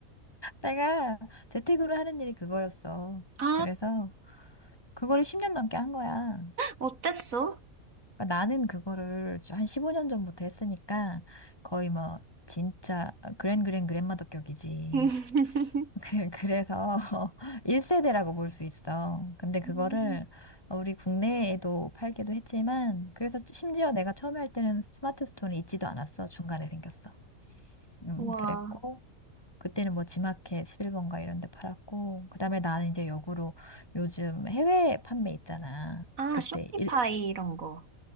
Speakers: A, on the left (about 15°); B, on the right (about 70°).
A: 내가 재택으로 하는 일이 그거였어.
B: 아,
A: 그래서 그거를 10년 넘게 한 거야.
B: 어땠어?
A: 그러니까 나는 그거를 한 15년 전부터 했으니까 거의 뭐 진짜 그랜 그랜 그랜마더격이지.
B: <laughs>
A: 그- 그래서 <laughs> 1세대라고 볼 수 있어. 근데 그거를
B: 음.
A: 우리 국내에도 팔기도 했지만 그래서 심지어 내가 처음에 할 때는 스마트 스토어는 있지도 않았어. 중간에 생겼어. 음,
B: 와.
A: 그랬고 그때는 뭐 지마켓 11번가 이런 데 팔았고, 그다음에 나는 이제 역으로 요즘 해외 판매 있잖아.
B: 아,
A: 그때
B: 쇼피파이
A: 일,
B: 이런 거.